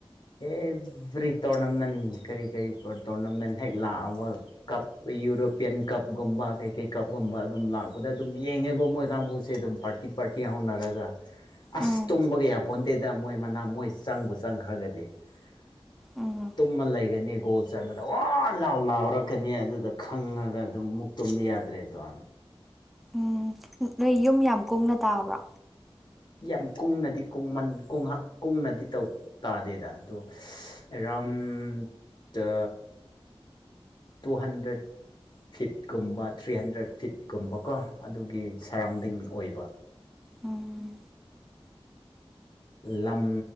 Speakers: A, on the left; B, in the centre.
A: ꯑꯦꯚ꯭ꯔꯤ ꯇꯣꯔꯅꯥꯃꯦꯟ ꯀꯔꯤ ꯀꯔꯤ ꯇꯣꯔꯅꯥꯃꯦꯟ ꯍꯦꯛ ꯂꯥꯛꯑꯕ ꯀꯞ ꯌꯨꯔꯣꯄꯤꯌꯟ ꯀꯞ ꯒꯨꯝꯕꯥ ꯀꯩ ꯀꯩ ꯀꯞ ꯒꯨꯝꯕ ꯑꯗꯨꯝ ꯂꯥꯛꯄꯗ ꯑꯗꯨꯝ ꯌꯦꯡꯉꯦꯕ ꯃꯣꯏ ꯀꯥꯡꯕꯨꯁꯦ ꯑꯗꯨꯝ ꯄꯥꯔꯇꯤ ꯄꯥꯔꯇꯤ ꯍꯧꯅꯔꯒ ꯑꯁ
B: ꯎꯝ
A: ꯇꯨꯝꯕꯒ ꯌꯥꯄꯣꯟꯗꯦꯗ ꯃꯣꯏ ꯃꯅꯥ ꯃꯣꯏ ꯆꯪꯕ ꯆꯪꯈ꯭ꯔꯒꯗꯤ <inaudible>
B: ꯎꯝ
A: ꯇꯨꯝꯃ ꯂꯩꯒꯅꯤ ꯒꯣꯜ ꯆꯟꯕꯗ ꯋꯥ ꯂꯥꯎ ꯂꯥꯎꯔꯛꯀꯅꯤ ꯑꯗꯨꯗ ꯈꯪꯉꯒ ꯑꯗꯨꯝ ꯃꯨꯛ ꯇꯨꯝꯕ ꯌꯥꯗ꯭ꯔꯦ ꯇꯥꯢ
B: ꯎꯝ ꯅꯣꯏ ꯌꯨꯝ ꯌꯥꯝ ꯀꯨꯡꯅ ꯇꯥꯕ꯭ꯔꯥ
A: ꯌꯥꯝ ꯀꯨꯡꯅꯗꯤ ꯀꯨꯡꯃꯟ ꯀꯟꯍ ꯀꯨꯡꯅꯗꯤ ꯇꯥꯗꯦꯗ ꯑꯗꯣ ꯑꯦꯔꯥꯎꯟ ꯇꯥ ꯇꯨ ꯍꯟꯗ꯭ꯔꯦꯠ ꯐꯤꯠꯀꯨꯝꯕ ꯊ꯭ꯔꯤ ꯍꯟꯗ꯭ꯔꯦꯠ ꯐꯤꯠꯀꯨꯝꯕꯀꯣ ꯑꯗꯨꯒꯤ ꯁꯔꯥꯎꯟꯗꯤꯡ ꯑꯣꯏꯕ
B: ꯎꯝ
A: ꯂꯝ